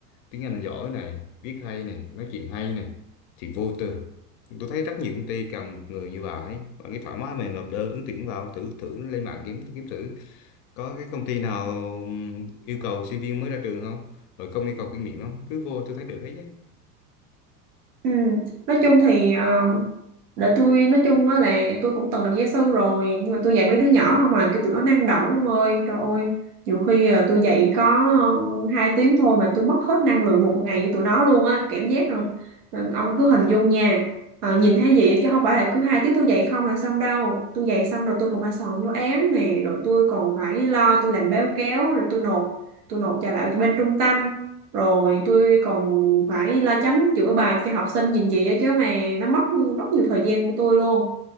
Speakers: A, on the left; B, on the right.
A: tiếng Anh giỏi này viết hay này nói chuyện hay này thì vô tư tôi thấy rất nhiều công ty cần một người như bà ấy và cái thoải mái mà nộp đơn ứng tuyển vào thử thử lên mạng kiếm kiếm thử có cái công ty nào yêu cầu sinh viên mới ra trường không rồi không yêu cầu kinh nghiệm không cứ vô tôi thấy được hết đấy
B: Ừm, Nói chung thì ờ, Để tôi nói chung á là tôi cũng từng làm gia sư rồi nhưng mà tôi dạy mấy đứa nhỏ không mà kiểu tụi nó năng động lắm ông ơi trời ơi nhiều khi à, tôi dạy có ừ, hai tiếng thôi mà tôi mất hết năng lượng một ngày với tụi nó luôn á cảm giác là, là ông cứ hình dung nha Ờ, nhìn thấy gì chứ không phải là cứ hai tiếng tôi dạy không là xong đâu tôi dạy xong rồi tôi còn phải soạn giáo án nè rồi tôi còn phải lo tôi làm báo cáo rồi tôi nộp tôi nộp trả lại bên trung tâm rồi tôi còn phải la chấm chữa bài cho học sinh nhìn gì á chứ mà nó mất rất nhiều thời gian của tôi luôn